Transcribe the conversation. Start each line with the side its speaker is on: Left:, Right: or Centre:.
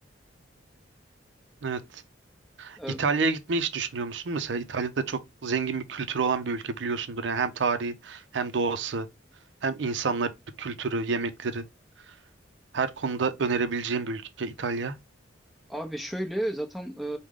Right: evet.
Centre: Ee,
Right: İtalya'ya gitmeyi hiç düşünüyor musun? Mesela İtalya'da çok zengin bir kültürü olan bir ülke biliyorsundur. Yani hem tarihi hem doğası hem insanları, kültürü, yemekleri her konuda önerebileceğim bir ülke İtalya.
Centre: Abi şöyle zaten e,